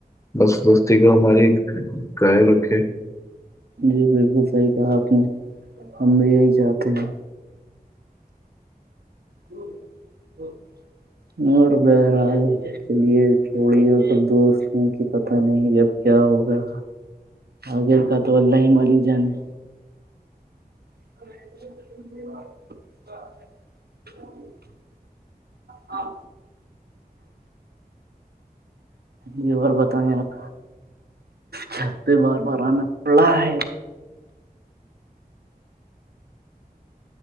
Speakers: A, on the left; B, on the right.
A: بس دوستی کو ہماری قائب رکھے
B: جی بالکل صحیح کہا آپ نے ہم بھی یہی چاہتے ہیں ہ ہ
A: <unintelligible>
B: اور اور بہرحال کے لیے چھوڑیے سب دوست نے کہ پتہ نہیں اب کیا ہوگا
A: <unintelligible>
B: آگر کا تو الاہم علی جان ہے <unintelligible> ہاں جی اور بتائیں یپ چتے بار بار آنا پڑا ہے